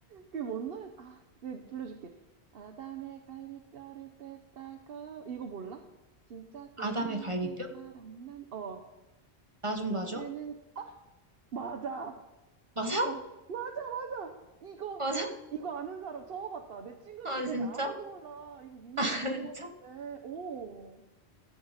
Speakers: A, on the right; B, on the right.
A: 그게 뭔 노래? 아, 네, 불러줄게. 아담의 갈비뼈를 뺐다고. 이거 몰라? 진짜 빼야
B: 아담의 갈비뼈?
A: 될 사람 난. 어,
B: 나 좀
A: 너
B: 봐줘.
A: 주는. 맞아.
B: 맞아?
A: 와, 맞아, 맞아. 이거,
B: <laughs> 맞아?
A: 이거 아는 사람 처음 봤다. 내 친구들
B: 아,
A: 중에
B: 진짜?
A: 아무도
B: <laughs>
A: 몰라. 이거 유명했던
B: 아,
A: 것
B: 진짜?
A: 같은데. 오.